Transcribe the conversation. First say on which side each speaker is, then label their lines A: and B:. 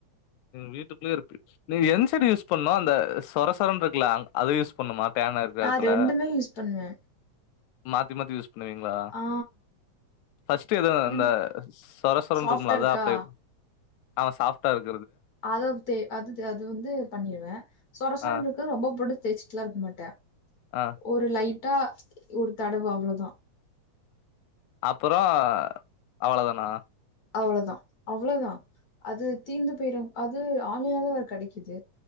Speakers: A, on the left; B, on the left.
A: வீட்டுக்குள்ளயே இருப்ப நீ என் சைடு யூஸ் பண்ணு அந்த சொரசொர இருக்கல அத யூஸ் பண்ணுமா டேன் இருக்கிற
B: நா
A: எடத்துல
B: ரெண்டுமே யூஸ் பண்ணுவே
A: மாத்தி மாத்தி யூஸ் ண்ணுவீங்களா
B: ஆ
A: பஸ்ட் எது அந்த
B: எனக்கு
A: சொரசொரனு
B: சாஃப்டா
A: இருக்கும்ல அதா
B: இருக்கா
A: அப்ளே ப ஆ சாஃப்டா இருக்
B: அததே அது த் அது வந்து பண்ணிருவே சொரசொரனு
A: ஆ
B: இருக்கு ரொம்ப புடிச் தேச்சுட்டுலா இருக்கமாட்டே
A: ஆ
B: ஒரு லைன் ட்டா ஒரு தடவு அவ்ளோதா
A: அப்புறோ அவ்ளோதானா
B: அவ்ளதா அவ்ளதா அது தீந்து போயிரு அது ஆன்லைன்லதா வேற கெடைக்குது